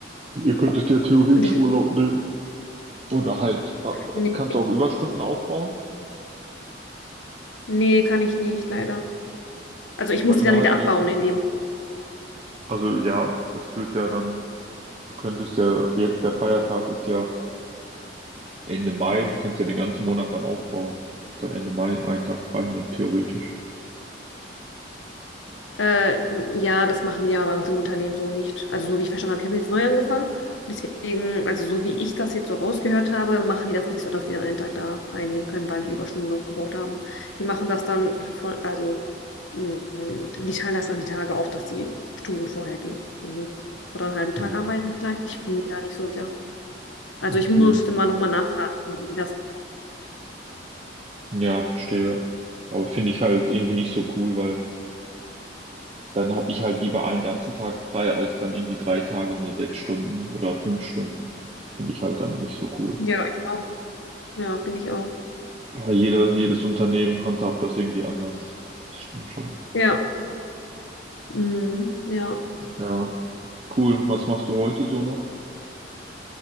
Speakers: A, on the right; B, on the left.
A: Ihr könntet ja theoretisch
B: Und deswegen,
A: Urlaub nehmen. Oder halt, äh,
B: nee,
A: kannst du auch Überstunden aufbauen,
B: nee, kann ich nicht, leider. Also ich
A: aber
B: muss die
A: innerhalb
B: dann wieder abbauen
A: dessen,
B: in dem.
A: also ja, das wird ja dann, du könntest ja, jetzt der Feiertag ist ja Ende Mai, du kannst ja den ganzen Monat dann aufbauen. Dann Ende Mai einen Tag frei nehmen, theoretisch.
B: Äh, ja, das machen die aber bei uns im Unternehmen so nicht. Also so wie ich verstanden habe, ich habe jetzt neu angefangen. Deswegen, also so wie ich das jetzt so rausgehört habe, machen die das nicht so, dass die dann einen Tag da frei nehmen können, weil die Überstunden aufgebaut haben. Die machen das dann von, also mh, die teilen das dann die Tage auf, dass die Stunden vorher gehen, irgendwie. Oder einen halben Tag
A: Hm,
B: arbeiten vielleicht. Ich bin mir da nicht so sicher. Also
A: okay.
B: ich musste mal nochmal nachfragen, wie die das.
A: Ja, verstehe. Aber finde ich halt irgendwie nicht so cool, weil dann habe ich halt lieber einen ganzen Tag frei, als dann irgendwie drei Tage nur sechs Stunden oder fünf Stunden. Das finde ich halt dann nicht so cool.
B: Ja, ich auch. Ja, finde ich auch.
A: Aber jeder, jedes Unternehmen handhabt das irgendwie anders. Das stimmt schon.
B: Ja. Mhm, ja.
A: Ja, cool. Was machst du heute so noch?